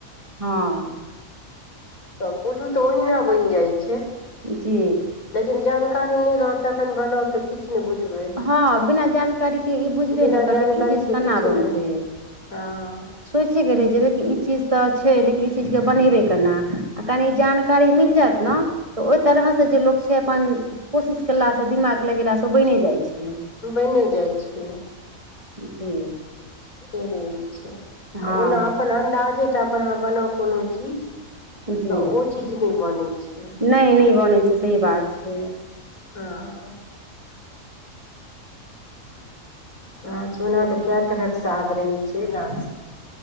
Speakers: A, on the right; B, on the left.
A: हँ
B: त बुझु तऽ ओहिना बनि जाइ छै
A: जी
B: लेकिन जानकारी नहि रहत तखन बनाउ तऽ किछु नहि बुझबै
A: हँ बिना जानकारी के ई बुझबे
B: बिना
A: ने करबै
B: जानकारीके
A: त ई चीज केना
B: किछु
A: बनतै
B: नहि हँ
A: सोचयके रहय जेबै कि ई चीज तऽ छै लेकिन ई चीजके बनेबै केना आ कनि जान कारी मिल जायत न तऽ ओहि तरह से जे लोक छै अपन कोशिश केलासँ दिमाग लगेलासँ ओ बैने जाइ छै
B: बैने जाइ छै
A: जी
B: से रहै छै
A: हँ
B: आ ओना अपन अन्दाजे टा पर अहाँ बनाउ कोनो चीज तऽ
A: जी
B: ओ चीज नहि बनै छै
A: नहि नहि बनै छै सही बात छै
B: हँ आ ओना तऽ कै तरहक साग रहै छै गाछ सब